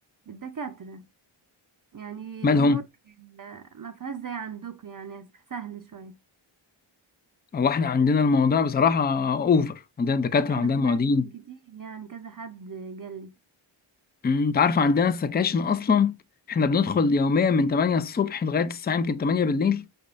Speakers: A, on the right (about 40°); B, on the left (about 20°).
A: الدكاترة يعني
B: مالهم
A: الأمور ما فيهاش زي عندكم يعني سهل شوية
B: هو احنا عندنا الموضوع بصراحة اوفر عندنا الدكاترة
A: أيوة
B: عندنا
A: أنا سمعت
B: المعيدين
A: من كتير يعني كذا حد قالي
B: أمم، انت عارف عندنا السكاشن اصلا احنا بندخل يوميا من 8 الصبح لغاية الساعة يمكن 8 بالليل